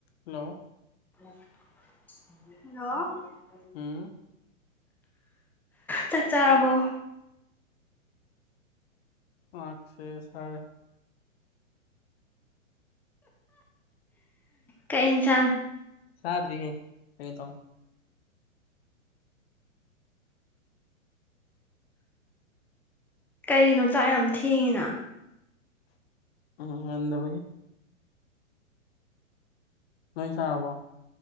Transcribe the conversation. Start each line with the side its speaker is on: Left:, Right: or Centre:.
Left: hello
Centre: hello
Left: ꯎꯝ
Centre: ꯆꯥꯛꯆꯥꯥ ꯑꯕꯣ
Left: ꯑꯁꯦ ꯁꯔꯦ
Centre: ꯀꯛ ꯊ
Left: ꯁꯥꯗꯔꯤꯦ ꯀ ꯇ
Centre: ꯀꯩꯒꯤꯅꯣ ꯆꯥꯛ ꯌꯥꯝ ꯊꯦꯡꯉꯤꯅ
Left: ꯎꯝ ꯅꯗꯕꯒꯤ ꯂꯣꯏ ꯆꯥ ꯍꯕꯣ